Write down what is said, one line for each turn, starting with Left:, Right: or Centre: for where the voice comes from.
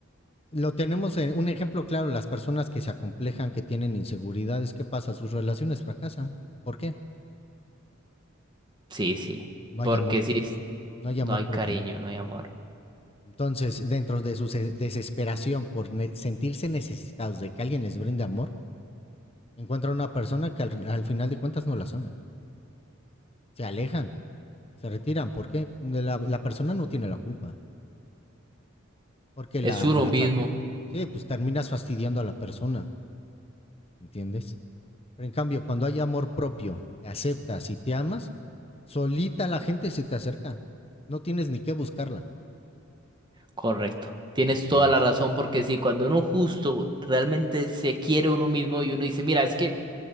Left: lo tenemos en un ejemplo claro, las personas que se acomplejan, que tienen inseguridades, ¿qué pasa? Sus relaciones fracasan. ¿Por qué?
Right: Sí, sí,
Left: no
Right: porque
Left: hay amor,
Right: si es-
Left: no hay
Right: no
Left: amor
Right: hay
Left: propio.
Right: cariño, no hay amor.
Left: Entonces, dentro de su se- desesperación por ne- sentirse necesitados de que alguien les brinde amor, encuentran una persona que al, al final de cuentas no las aman. Se alejan, se retiran. ¿Por qué? La, la persona no tiene la culpa. Porque la,
Right: Es uno
Left: la
Right: mismo,
Left: fa- sí, pues terminas fastidiando a la persona, ¿entiendes? Pero en cambio, cuando hay amor propio, te aceptas y te amas, solita la gente se te acerca. No tienes ni que buscarla,
Right: correcto. Tienes
Left: ¿entiendes?
Right: toda la razón porque sí, cuando uno justo realmente se quiere uno mismo y uno dice, mira, es que